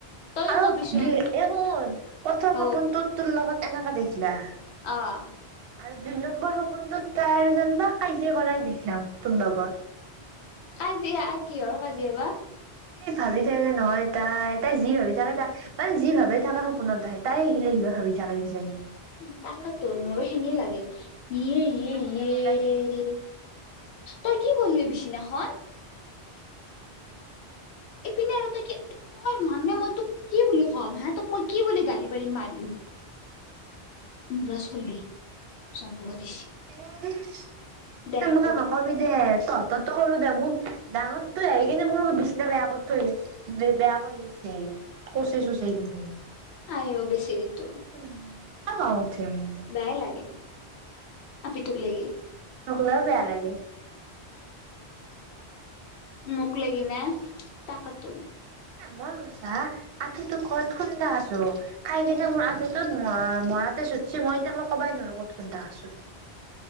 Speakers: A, on the left (about 75°); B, on the right (about 65°).
A: তইও
B: আৰু
A: কবিচোন
B: দু- এই শুন প্ৰথম
A: অ
B: সপোনটো তোৰ লগত এনেকা দেখলা
A: অ'।
B: আৰু দুই নম্বৰ সপোনটোত তাই যেনিবা কাজিয়া কৰাই দেখলাক তোৰ লগত।
A: কাজিয়া? কিহৰ কাজিয়া বা?
B: ভাবি থাকে নহয় তাই, তাই যি ভাবি থাকে তাই, মানে যি ভাবি থাকে সপোনত দেখে। তাইয়ে এইগিলাক কিবা ভাবি থাকে কিজানি।
A: তাকেতো মোৰো সেনে লাগে। ইয়ে, ইয়ে,
B: কাজিয়া
A: ইয়ে
B: কৰা কিবা
A: তই কি কৰলি বিছিনাখন? ইপিনে আৰু তই কি তই মানে মই তোক কি বুলি ক'ম হা তোক মই কি বুলি গালি পাৰিম মাৰিম। মূৰা চলি জন্ম দিছি।
B: <unintelligible>
A: দে কওক
B: নকবি দে তঁহতৰটো সৰু দে, মোৰ ডাঙৰতো আহি কিনে মোৰ বিচনা বেয়া কৰি থৈ দিছি। বেয়া কৰি আছে, কোচে চোচে কিনে
A: আইও বেছেৰিটো।
B: <inaudible> <unintelligible>
A: বেয়াই লাগে, আপিতোক লেগি।
B: <unintelligible> বেয়া লাগে।
A: মোক লেগি নে? তাকেতো
B: অ' মই <unintelligible> আঁঠুটোত ক'বাত খুন্দা আছো, খাই কিনে মই আঁঠু টোত মৰা, মৰাতেজ উঠছি, মই এতিয়াক লেগি ক'বাই নোৱাৰো ক'ত খুন্দা খাইছো।